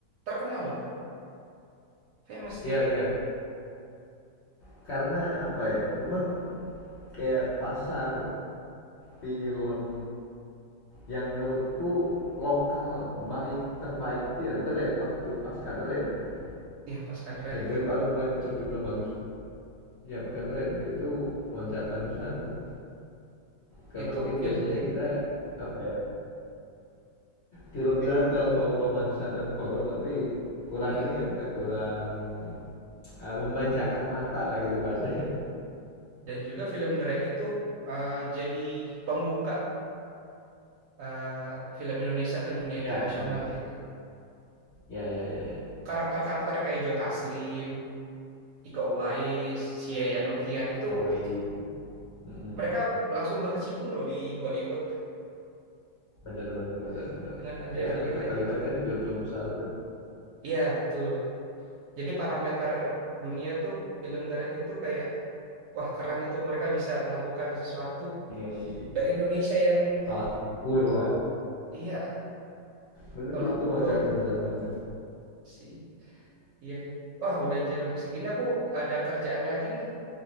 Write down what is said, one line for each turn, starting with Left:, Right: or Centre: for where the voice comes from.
Right: terkenal loh famous
Left: Iya,
Right: dia
Left: iya. Karena apa ya? Memang kayak pasar film yang menurutku lokal baik terbaik itu ya The Raid waktu pasca The Raid tuh.
Right: Iya pasca The Raid
Left: Dari
Right: itu
Left: The Raid baru mulai muncul film bagus tuh. Ya pasca The Raid tuh itu loncatan besar tuh. Karena
Right: itu
Left: mungkin
Right: film
Left: biasanya kita apa ya film kita terlalu bau romansa dan horor tapi kurang
Right: Iya
Left: ini apa kurang eh, memanjakan mata lah gitu bahasanya.
Right: dan juga film The Raid itu eh, jadi pembuka eh, film Indonesia ke dunia
Left: Iya,
Right: internasional
Left: bener.
Right: sih
Left: Ya, ya, ya, ya.
Right: karakter-karakter kayak Joe Taslim Iko Uwais, si Yayan Ruhian itu
Left: Giveaway. Mm-mm.
Right: mereka langsung berkecimpung loh di Hollywood
Left: Bener, bener, bener, bener.
Right: dengan ada
Left: Ya,
Right: film
Left: mereka
Right: The Raid
Left: terlibat
Right: itu.
Left: kan di film-film besar kan.
Right: Iya, betul. Jadi parameter dunia tuh film The Raid itu kayak wah keren itu mereka bisa melakukan sesuatu
Left: Iya, iya, jadi
Right: dari Indonesia yang
Left: tolak ukur lah.
Right: iya
Left: Bener
Right: tolak
Left: sih itu
Right: ukur
Left: loncatan
Right: nih
Left: besar banget.
Right: si iya nih. Wah, udah jam segini aku ada kerjaan lagi nih.